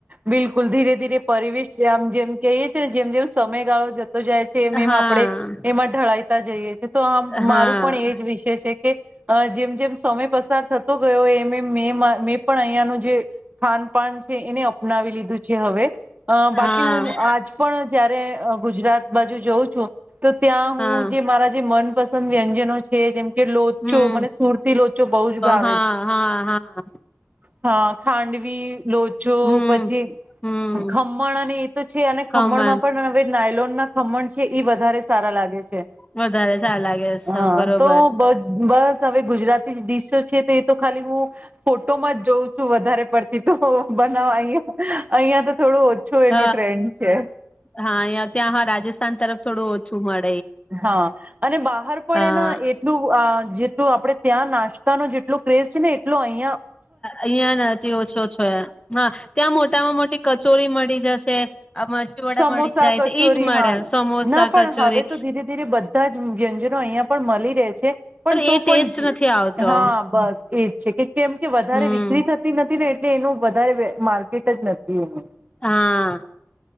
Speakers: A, on the right; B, on the left.
A: બિલકુલ ધીરે ધીરે પરિવેશ જે આમ જેમ કેઇસ જેમ જેમ સમયગાળો જતો જાય છે એમ એમ
B: હા
A: આપે એમાં ઢળાઈ તા જઈએ છે. તો આમ
B: હા
A: મારું પણ એ જ વિષય છે કે અ જેમ જેમ સમય પસાર થતો ગયો એમ એ મે મેં પણ અહિયાંનું જે ખાનપાન છે એને અપ અપનાવી લીધું છે હવે. અ બાકી
B: હા
A: હું આજ પણ જ મેં ગુજરાત બાજુ જઉં છું. તો ત્યાં
B: હા
A: હું જે મારા જે મનપસંદ વ્યંજનો છે જેમ કે લોચો
B: હમ
A: મને સુરતી લોચો બહ જ ભાવે
B: હા
A: છે.
B: હા હા
A: હા ખાંડવી. લોચો.
B: હમ
A: પછી
B: હમ
A: ખમણ અને એ તો છે અને ખમણમાં
B: ખમણ
A: પણ હવે નાયલોન ના ખમણ કે એ વધારે સારા લાગે છે
B: વધારે સારા લાગે
A: હા
B: બરોબર
A: તો બ બસ હવે ગુજરાતી ડીશો છે તો એ તો ખાલી હું ફોટોમાં જ જોઉં છું વધારે પડતી. તો હો બનાવ અહીંયા. અહીંયા તો થોડું ઓછું એનો
B: હ
A: ટ્રેન્ડ છે
B: હા ત્યાં હ રાજસ્થાન તરફ થોડું સુુંમર
A: હા અને બહાર પણ
B: હા
A: એના એટલું આ જે આપડણે ત્યાં નાસ્તા નો જેટલો ક્રેઝ છે ને એટલો અહીં
B: અહિયાં નથી ઓછો છો હા ત્યાં મોટામાં મોટી કચોરી મળી જશે. આ મરચી વડા
A: સમોસા
B: મળી જાય
A: કચોરી
B: છે એજ મળે
A: હા
B: સમોસા
A: ના પણ
B: કચોરી
A: હવે તો ધીરે ધીરે બધા જ વ્યંજન અહંયા પણ મલિત પણ તો
B: એ ટેસ્ટ
A: પણ
B: નથી આવતો
A: હા બસ એજ છે કે કેમ કે વધારે
B: હમ
A: વિકરી થતી નથી ને એટલે એનું વધારે બે માર્કેટ જ નથી એહિયા.
B: હા.